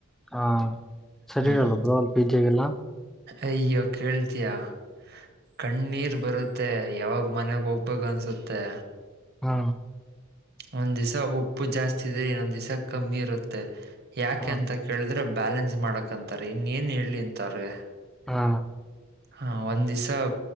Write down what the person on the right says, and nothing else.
ಹ್ಮ್
ಅಯ್ಯೋ ಕೇಳ್ತಯಾ ಕಣ್ಣೀರ್ ಬರುತ್ತೆ ಯಾವಾಗ ಮನೆಗೆ ಹೋಗ್ಬೇಕು ಅನ್ಸುತ್ತೆ
ಒಂದ್ ದಿವ್ ಉಪ್ಪು ಜಾಸ್ತಿ ಇದ್ರೆ ಇನ್ನೊಂದ್ ದಿವಸ ಕಮ್ಮಿ ಇರುತ್ತೆ ಯಾಕೆ
ಅಂತ ಕೇಳಿದ್ರೆ ಬ್ಯಾಲೆನ್ಸ್ ಮಾಡಕಂತಾರೆ ಇನ್ನ ಏನ್ ಹೇಳಲಿ ಅಂತ ಅವ್ರಿಗೆ
ಹಾ ಒಂದ್ ದಿವಸ